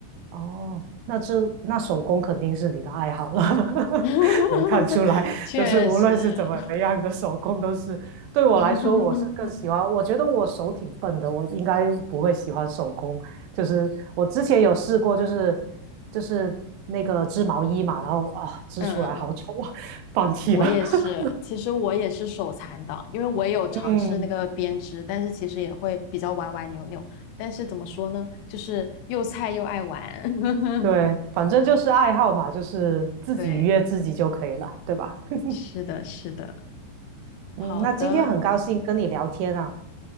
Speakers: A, on the right; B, on the left.
A: 哦，那这那手工肯定是你的爱好了，<laughs>
B: <laughs>
A: 能看出来，
B: 确实，
A: 就是无论是怎么样的手工都是，对我来说，
B: <laughs> 嗯
A: 我是更喜欢，我觉得我手挺笨的，我应该不会喜欢手工，就是我之前有试过，就是就是那个织毛衣嘛，然后啊织出来好丑啊，
B: 嗯嗯，
A: 放弃了。
B: 我也是，
A: <laughs>
B: 其实我也是手残党，因为我也有尝试那个编织，
A: 嗯，
B: 但是其实也会比较歪歪扭扭，但是怎么说呢，就是又菜又爱玩，<laughs>
A: 对，反正就是爱好嘛，就是自己愉悦自己就可以了，
B: 对，
A: 对吧？<laughs>
B: 是的，是的，
A: 嗯，
B: 好的。
A: 那今天很高兴跟你聊天啊，